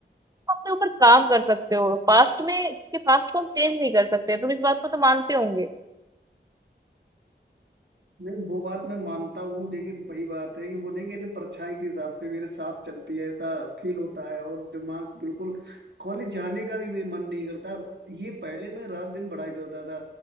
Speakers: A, on the right; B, on the right.
A: तुम अपने ऊपर काम कर सकते हो पास्ट में क्योंकि पास्ट को हम चेंज नहीं कर सकते तुम इस बात को तो मानते होंगे
B: नहीं वो बात मैं मानता हूँ लेकिन वही बात है कि वो नहीं कहते परछाई के हिसाब से मेरे साथ चलती है ऐसा फील होता है और दिमाग बिल्कुल कॉलेज जाने का भी मेरा मन नहीं करता ये पहले मैं रात दिन पढ़ाई करता था